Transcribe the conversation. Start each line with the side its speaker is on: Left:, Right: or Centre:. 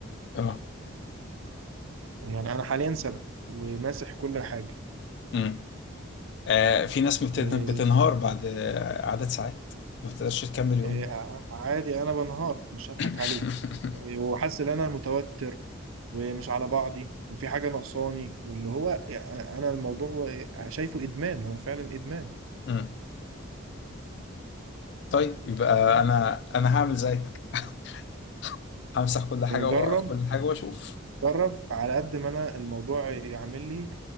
Left: اه
Right: يعني انا حاليا سبق وماسح كل حاجه
Left: امم آه في ناس بتن-
Right: إيه
Left: بتنهار بعد آه، عدد ساعات ما بتقدرش تكمل يوم
Right: إيه ع- عادي انا بنهار مش هضحك
Left: <laughs>
Right: عليك إيه وحاسس ان انا متوتر ومش على بعضي وفي حاجة ناقصاني واللي هو يعني أنا الموضوع شايفه إدمان هو فعلا إدمان
Left: مم. طيب يبقى
Right: إيه، ها
Left: انا انا هعمل زيك <laughs> همسح كل حاجة واوقف
Right: جرب
Left: كل حاجة واشوف
Right: جرب على قد ما أنا الموضوع يعمل لي